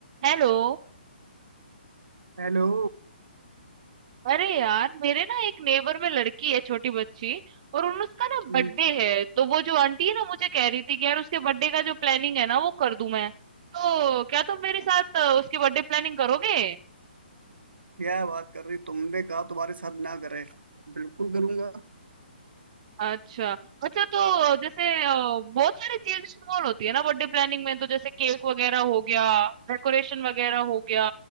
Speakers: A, on the right (about 35°); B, on the right (about 70°).
A: Hello
B: Hello
A: अरे यार मेरे ना एक नेबर में लड़की है छोटी बच्ची और उन उसका ना
B: हम्म,
A: बर्थडे है तो वो जो आंटी है ना मुझे कह रही थी कि यार उसके बर्थडे का जो प्लानिंग है ना वो कर दूं मैं तो क्या तुम मेरे साथ अ, उसकी बर्थडे प्लानिंग करोगे
B: क्या बात कर रही तुमने कहा तुम्हारे साथ ना करे बिल्कुल करूंगा
A: अच्छा। अच्छा तो जैसे अ, बहुत सारी चीजें इन्वॉल्व होती है ना बर्थडे प्लानिंग में तो जैसे केक वगैरह हो गया, डेकोरेशन वगैरह हो गया